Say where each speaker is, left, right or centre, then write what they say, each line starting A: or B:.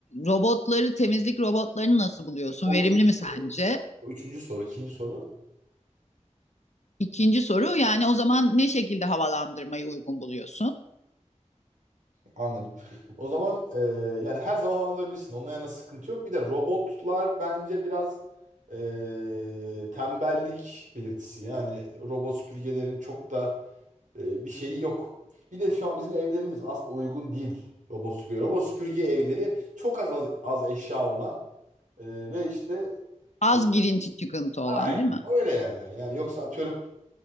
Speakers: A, on the left (about 65°); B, on the right (about 85°).
A: robotları, temizlik robotlarını nasıl buluyorsun?
B: O
A: Verimli
B: üçüncü
A: mi sence?
B: soru. O üçüncü soru, ikinci soru.
A: İkinci soru yani o zaman ne şekilde havalandırmayı uygun buluyorsun?
B: Anladım. O zaman e, yani her zaman havalandırabilirsin. Onunla yana sıkıntı yok. Bir de robotlar bence biraz e, tembellik belirtisi. Yani robot süpürgelerin çok da e, bir şey yok. Bir de şu an bizim evlerimiz aslında uygun değil robot süpürge. Robot süpürge evleri çok az az, az eşya olan e, ve işte
A: Az
B: e,
A: girinti çıkıntı olan
B: aynen
A: değil mi?
B: öyle yerler. Yani yoksa atıyorum